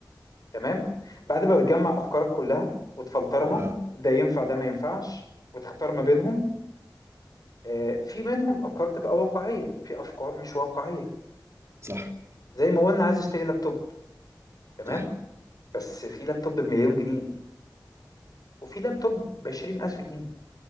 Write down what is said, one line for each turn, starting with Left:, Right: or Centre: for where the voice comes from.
Left: تمام؟ بعد ما بتجمع أفكارك كلها وتفلترها
Right: ها
Left: ده ينفع ده ما ينفعش وتختار ما بينهم آه، في منهم أفكار تبقى واقعية وفي أفكار مش واقعية
Right: صح
Left: زي ما قلنا عايز اشتري لابتوب تمام
Right: صح
Left: بس في لابتوب بمليون جنيه وفي لابتوب بعشرين ألف جنيه